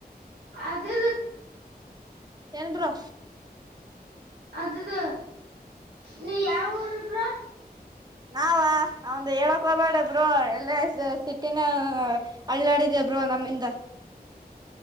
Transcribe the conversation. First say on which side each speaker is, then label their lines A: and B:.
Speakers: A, on the right (about 90°); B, on the right (about 25°).
A: ಅದು.
B: ಏನ್ ಬ್ರೋ.
A: ಅದಿದು ನೀ ಯಾವ ಊರಬ್ರೋ.
B: ನಾವ ನಾವಂದು ಹೇಳಕ್ ಹೋಗ್ಬಾಡ ಬ್ರೋ ಎಲ್ಲ ಸಿಟಿ ಸಿಟಿನ ಅಳ್ಳಾಡಿದೇ ಬ್ರೋ ನಮ್ಮಿಂದ.